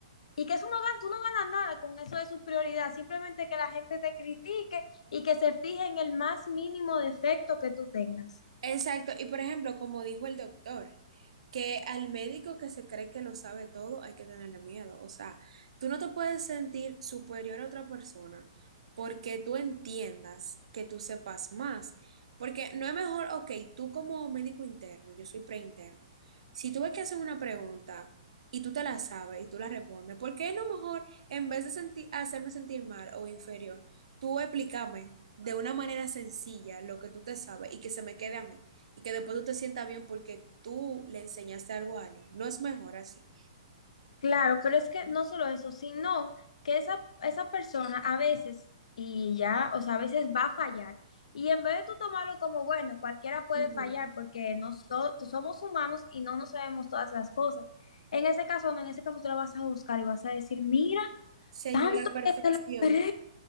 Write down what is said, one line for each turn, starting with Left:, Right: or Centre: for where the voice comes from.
Left: Y que eso no gana, tú no ganas nada con eso de su prioridad, simplemente que la gente te critique y que se fije en el más mínimo defecto que tú tengas.
Right: Exacto, y por ejemplo, como dijo el doctor, que al médico que se cree que lo sabe todo hay que tenerle miedo. O sea, tú no te puedes sentir superior a otra persona porque tú entiendas que tú sepas más. Porque no es mejor, ok, tú como médico interno, yo soy preinterno, si tú ves que hacen una pregunta y tú te la sabes y tú la respondes, ¿por qué no mejor, en vez de sentir, hacerme sentir mal o inferior, tú explícame? de una manera sencilla lo que tú te sabes y que se me quede a mí y que después tú te sientas bien porque tú le enseñaste algo a alguien. No es mejor así.
Left: Claro, pero es que no solo eso, sino que esa, esa persona a veces, y ya, o sea, a veces va a fallar. Y en vez de tú tomarlo como, bueno, cualquiera puede
Right: Ujú.
Left: fallar porque nosotros somos humanos y no nos sabemos todas las cosas. En ese caso, no, en ese caso tú la vas a buscar y vas a decir, mira,
Right: Señora
Left: tanto
Right: Perfección,
Left: que te la esperé